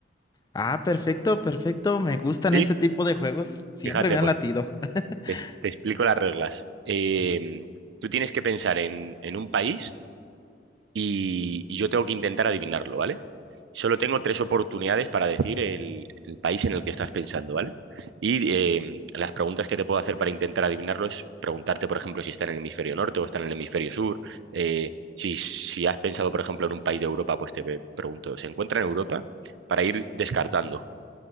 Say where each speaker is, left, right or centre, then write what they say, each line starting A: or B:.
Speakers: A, on the left; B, on the right.
A: Ah, perfecto, perfecto. Me gustan
B: Sí.
A: ese tipo de juegos. Siempre
B: Fíjate,
A: me han
B: pues
A: latido. <laughs>
B: te, te explico las reglas. Eh,
A: Ajá.
B: tú tienes que pensar en, en un país y, y yo tengo que intentar adivinarlo, ¿vale? Solo tengo tres oportunidades para decir el, el país en el que estás pensando, ¿vale? Y eh, las preguntas que te puedo hacer para intentar adivinarlo es preguntarte, por ejemplo, si está en el hemisferio norte o está en el hemisferio sur. Eh, si, si has pensado, por ejemplo, en un país de Europa, pues te pe- pregunto, ¿se encuentra en Europa? Para ir descartando,